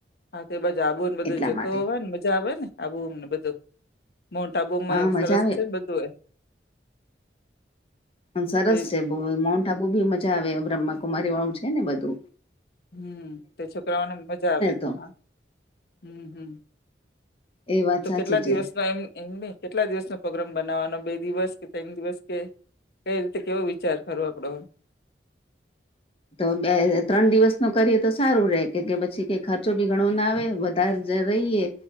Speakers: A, on the left; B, on the left.
A: હા તે બાજ આબુને બધું
B: એટલા
A: જતો
B: માટે
A: હોય ને મજા આવે ને આબુમને બધું. મોન્ટ આબુમાં
B: હા
A: સરસ
B: મજા આવે
A: છે બધું એ.
B: સરસ
A: તે
B: છે બ માઉન્ટ આબુ બી મજા આવે બ્રહ્માકુમારી વાળું છે ને બધુ.
A: હમ તે છોકરાઓને મજા આવે
B: તો
A: હ. હમ હમ
B: એ વાત
A: તો
B: સાચી
A: કેટલા
B: છે
A: દિવસમાં એમ. એમને કેટલા દિવસ નો પ્રગ્રામ બનાવવાનો બે દિવસ કે ત્રણ દિવસ કે કઈ રીતે કેવો વિચાર ખો આપડો
B: તો બે ત્રણ દિવસ ન કરીએ તો સારું રે કે પછી ક ખર્ચો બી ઘણો ના આવે તરજ રહીએ